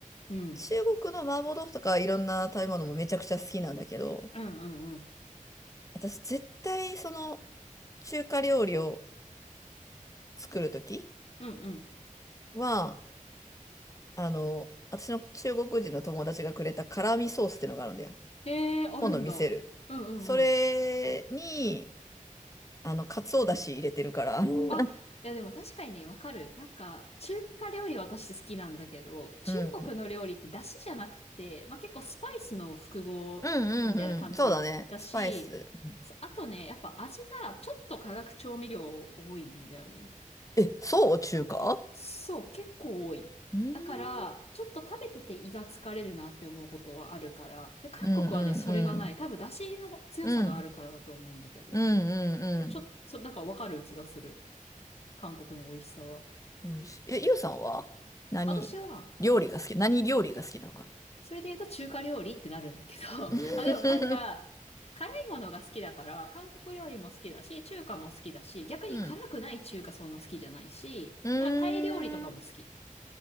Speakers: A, on the left (about 50°); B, on the left (about 25°).
A: うん。
B: 中国の麻婆豆腐とかいろんな食べ物もめちゃくちゃ好きなんだけど、
A: うんうんうん。
B: 私絶対その中華料理を作るとき
A: うんうん。
B: は、あの、私の中国人の友達がくれた辛味ソースってのがあるんだよ。
A: ええー、あるんだ。
B: 今度見せる。
A: うんうんうん。
B: それに、あの、かつおだし入れてるから。うん。
A: あ、いやでも確かにね、わかる。なんか、中華料理私好きなんだけど、中国の料理って出汁じゃなくて、
B: うん
A: まあ、結構スパイスの複合みたいな感じだし、
B: うんうん。そうだね。スパイス。うん
A: そうあとね、やっぱ味がちょっと化学調味料多いんだよね。
B: え、そう中華
A: そう、結構多い。
B: うん。
A: だから、ちょっと食べてて胃が疲れるなって思うことはあるから。で、韓国はね、
B: うんうん
A: それがない。多分、出汁の強さがあるからだと思うんだけど。
B: うん。うん。うんうん
A: ちょ、そ、だからわかる気がする。韓国の美味しさは。
B: うん。美味しい。え、ゆうさんは何料理が好き何料理が好きなのかな
A: 私は、それで言うと中華料理ってなるんだけど。<laughs>
B: <laughs>
A: あ、でもなんか、辛いものが好きだから、韓国料理も好きだし、中華も好きだし、逆に辛くない中華そんな好きじゃないし、
B: うん。うーん。
A: なんかタイ料理とかも好き。